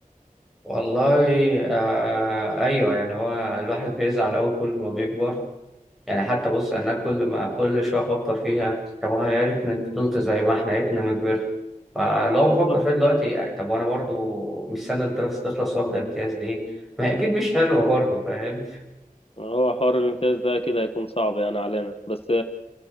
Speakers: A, in the centre; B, on the left.
A: والله آه ايوه يعني هو الواحد بيزعل قوي كل ما بيكبر يعني حتى بص انا كل ما كل شويه افكر فيها طب هو يا ريتني فضلت زي ما احنا يا ريتنا ما كبرت فاللي هو
B: بالظبط
A: بفكر فيها دلوقتي يعني طب وانا برضو مستني الدراسه تخلص وابدا امتياز ليه ما هي اكيد مش حلوه برضو فاهم
B: هو حوار الامتياز ده كده هيكون صعب يعني علينا بس